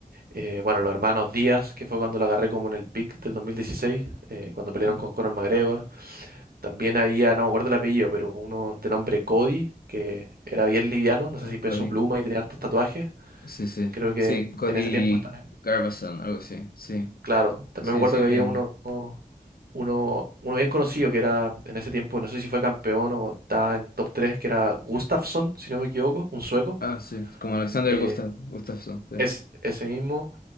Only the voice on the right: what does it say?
Eh, bueno, los hermanos Díaz, que fue cuando lo agarré como en el pick del 2016, eh, cuando pelearon
con Conor McGregor. También había, no me acuerdo el apellido, pero uno de nombre Cody, que era bien liviano, no
sé si
peso pluma y tenía hartos tatuajes.
Creo que
en ese tiempo estaba...
Claro, también
me acuerdo
que
había uno, uno, uno bien conocido que era en ese tiempo, no sé si fue campeón o estaba en top 3, que era Gustafsson, si no me equivoco, un sueco.
Eh,
Es ese mismo.